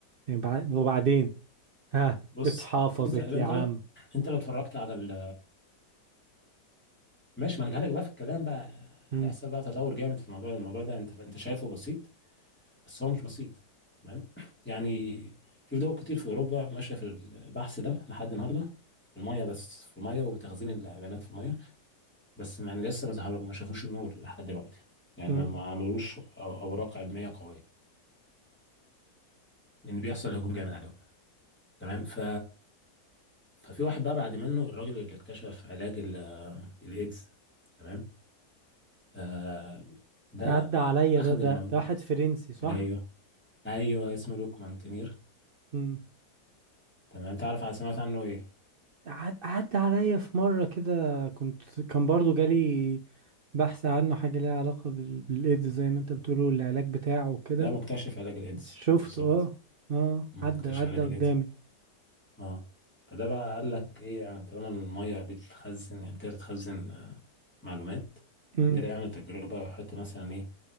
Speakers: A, on the right; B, in the centre.
A: يعني بع- وبعدين ها
B: بص
A: اتحافظت
B: انت انت
A: يا عم
B: انت لو اتفرجت على ال... ماشي ما انا جالك بقى في الكلام بقى
A: مم.
B: هيحصل بقى تطور جامد في الموضوع الموضوع ده انت انت شايفه بسيط بس هو مش بسيط تمام يعني في دول كتير في اوروبا ماشيه في البحث ده لحد النهارده في الميه بس في الميه وتخزين البيانات في الميه بس يعني لسه ما ظهروا ما شافوش النور لحد دلوقتي يعني
A: مم.
B: ما ما عملوش أو- اوراق علميه قويه لان بيحصل هجوم جامد عليهم تمام ف ففي واحد بقى بعد منه الراجل اللي اكتشف علاج ال- الايدز تمام آه ده
A: عدى عليا
B: اخذ
A: ده ده
B: الموضوع
A: ده واحد فرنسي صح
B: ايوه ايوه اسمه لوك مانتينير
A: مم.
B: تمام تعرف سمعت عنه ايه
A: عد- عدى عليا في مرة كده كنت كان برضو جالي بحث عنه حاجة ليها علاقة بال- بالإيدز زي ما انت بتقوله والعلاج بتاعه وكده
B: ده مكتشف علاج الايدز
A: شفته
B: بالظبط
A: اه اه
B: مم،
A: عدى
B: مكتشف
A: عدى
B: علاج
A: قدامي
B: الايدز اه فده بقى قال لك ايه يعني طالما الميه بتخزن يعني تقدر تخزن آه، معلومات فابتدى
A: امم
B: يعمل تجربه ويحط مثلا ايه